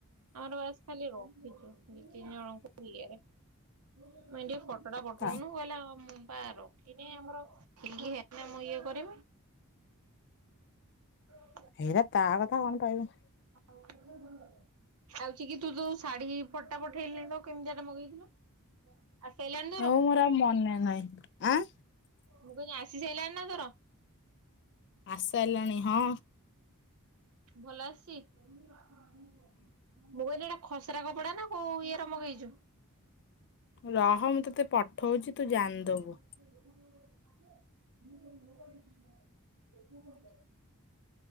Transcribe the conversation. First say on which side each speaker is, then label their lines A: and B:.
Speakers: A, on the right; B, on the left.
A: ଆମର ବାସ ଖାଲି ରଖିଛୁ ଦି ତିନି ଜଣଙ୍କୁ ଇଏରେ। ମୁ କହିନି ଟିକେ ଫଟୋଟା ପଠଉନୁ
B: ତା
A: କହିଲା ମୁଁ ପା ରଖିନି ଆମର <unintelligible>
B: ହେରା ତା କଥା କଣ ପାଇବୁ।
A: <unintelligible> ଶାଢୀ ଫଟୋଟା ପଠେଇଲୁ ନେହିତ କେମିତିଆଟେ ମଗେଇଥିଲୁ। ଆସିଲାଣି ତୋର,
B: ହଉ ମୋର ଆଉ ମନେ ନାହିଁ। ଆଁ
A: ମୁଁ କିହିଲି ଆସି ସାରିଲାଣି ନା ତୋର।
B: ଆସିସାରିଲାଣି, ହଁ।
A: ଭଲ ଆସିଚି। ମୁଁ କହିଲି ଏଇଟା ଖସରା କପଡ଼ାନା କଉ ଇଏରେ ମଗେଇଚୁ।
B: ରହ ମୁଁ ତୋତେ ପଠଉଚି ତୁ ଜାଣିଦବୁ।
A: <unintelligible>